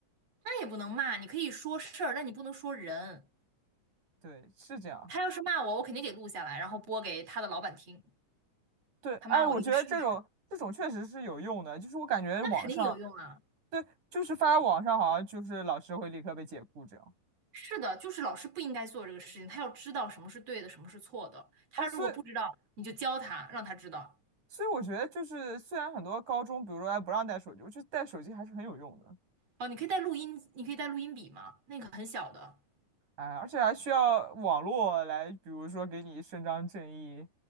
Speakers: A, on the right; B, on the right.
A: 那也不能骂，你可以说事儿，但你不能说人。
B: 对，是这样。
A: 他要是骂我，我肯定给录下来，然后播给他的老板听，
B: 对，
A: 他骂我一个试试，
B: 哎，我觉得这种这种确实是有用的，就是我感觉网上，
A: 那肯定有用啊。
B: 对，就是发到网上好像就是老师会立刻被解雇这样
A: 是的，就是老师不应该做这个事情，他要知道什么是对的，什么是错的。他如果不知道，
B: 啊，所以
A: 你就教他，让他知道。
B: 所以我觉得就是虽然很多高中，比如说还不让带手机，我觉得带手机还是很有用的，
A: 哦，你可以带录音，你可以带录音笔吗？那个很小的。
B: 哎，而且还需要网络来，比如说给你伸张正义